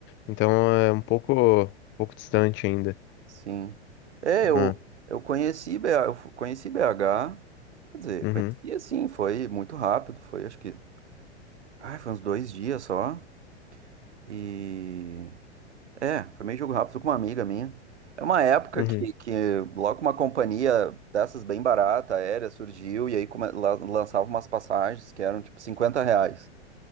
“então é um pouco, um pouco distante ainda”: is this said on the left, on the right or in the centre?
Left